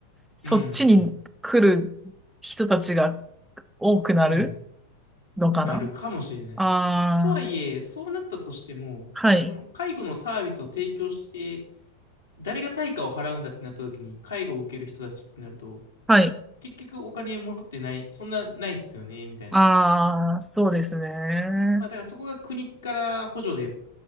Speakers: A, in the centre; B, on the left.
A: そっちに来る
B: うんうん。
A: 人たちが多くなる
B: うん。
A: のかな。
B: なるかもしれない。
A: ああ、
B: とはいえ、そうなったとしても、
A: はい、
B: その介護のサービスを提供して、誰が対価を払うんだってなった時に、介護を受ける人たちってなると、
A: はい。
B: 結局お金持ってない、そんなないっすよね、みたいな。
A: ああ、そうですね。
B: まあだからそこが国から補助で、